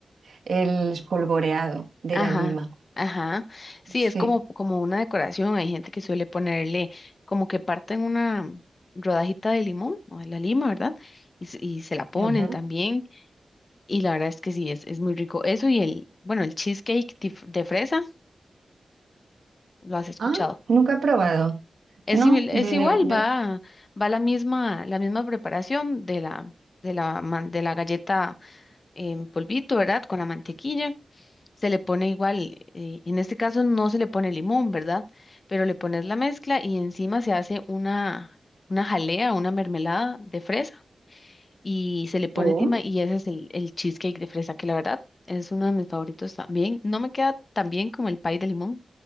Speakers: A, on the right; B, on the left.
A: el espolvoreado de
B: Ajá,
A: la lima.
B: ajá. Sí,
A: Sí.
B: es como, como una decoración. Hay gente que suele ponerle como que parten una rodajita de limón o de la lima, ¿verdad? Y, se- y se la ponen
A: Ujú.
B: también. Y la verdad es que sí, es, es muy rico. Eso y el, bueno, el cheesecake de f- de fresa, ¿lo has escuchado?
A: Ah, nunca he probado,
B: Es,
A: ¿no?
B: simil- es
A: De,
B: igual,
A: de...
B: va, va la misma, la misma preparación de la, de la, man- de la galleta en polvito, ¿verdad? Con la mantequilla. Se le pone igual, eh, en este caso no se le pone limón, ¿verdad? Pero le pones la mezcla y encima se hace una, una jalea, una mermelada de fresa y se le pone
A: Sí.
B: encima y ese es el, el cheesecake de fresa, que la verdad es uno de mis favoritos también. No me queda tan bien como el pie de limón,